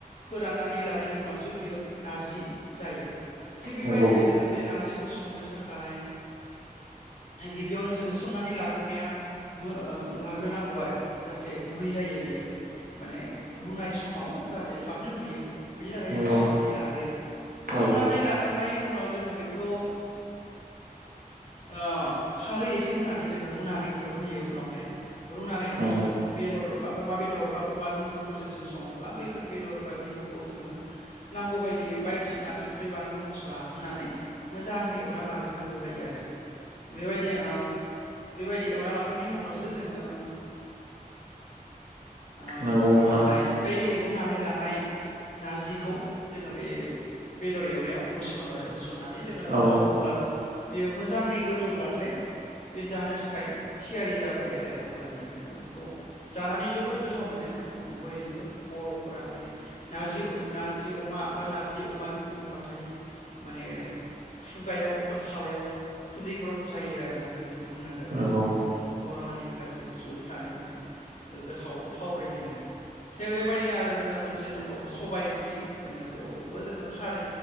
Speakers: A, on the left; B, on the right.
A: फोराननानै लानायनि उनावसो बियो नारजि जायो थिग बेबायदिनो
B: नंगौ
A: जोङो बे नारजिखौ संनो थाखाय ओ गिबियावनो जोङो सोमनानै लाग्रोनाया मो ओ लाग्रोनांगौ आरो जाहाथे गुरै जायो बियो माने रुनाय समाव जाहाथे थाबनो रुयो बिनि थाखाय
B: नंगौ
A: जों सोमनानै लाग्रोयो सोमनानै
B: औ
A: लाखांनायनि उनाव जोङो बेखौ ओ खारै एसे होनानै जोङो रुनानै रुयो उनावहाय रुनानै उनाव
B: नंगौ
A: जों बेदर बा अमा बेदर बा अमा बिबुफोरजों जों सङोब्ला बैफोर बेदर बा बिबु खौ जोङो नांगौ बायदियै बायदिसिना संख्रि, बानलु, मस्ला होनानै मोजाङै एवनानो लाग्रोनांगौ जायो आरो बेबायदि ओ दि एवना लाखांनायनि उनावसो जोङो ओम
B: नंगौ नोंथां
A: उनावहाय बै रुनानै लानाय नारजिखौ जोङो बे बेदर एवनायाव होसनो आरो होसननानै जोङो गोदौब्ला
B: औ
A: बेयो मोजाङै गोदौब्लाथाय बे जानो थाखाय थियारि जाबाय आरो अब्लानिया जोङो बेखौ जानानै जोबोद गोथाव मोनो जोङो बयबो बर'फोरा माने नारजि ओ नारजि अमा बा नारजि अमा बिबौ होनबाथाय माने खुगायाव बा सालायाव खुदैग्रद जायो आरोना जों बिदि बुंनांगोन
B: नंगौ
A: जों बर' हारिनि गासैबो सुबुंफ्रानो माने ओ गोथाव थावब्रनाय मोनो थे बेबायदिनो आरो जोङो मोनसे दंबावो सबाय ओंख्रि जोङो बेयावबो जोङो खारै